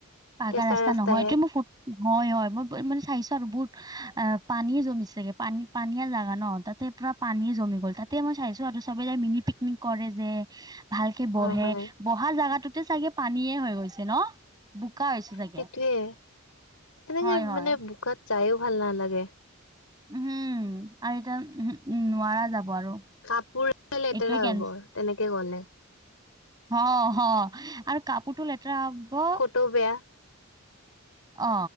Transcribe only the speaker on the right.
পাকা
ৰাস্তা
নহয় এইটো মোৰ ফুট হয়, হয় মই মানে চাইছো আৰু বহুত অ' পানীয় জমিছাগে পানী পানীয়া জাগা ন তাতে পুৰা পানীয়ে জমি গ'ল তাতে মই চাইছো আৰু চবে যাই মিনি পিকনিক কৰে যে। ভালকে বহে
বহা জোগাটোতে চাগে পানীয়েে হৈ গ'ল। হৈছে ন বোকা হৈছে চাগে।
হয় হয়
উ হম আৰু এতিয়া উ উম নোৱাৰা যাব আৰু।
এইটোৱে কেন
অ হ আৰু কাপোৰতটো লেতেৰা হ'ব
অ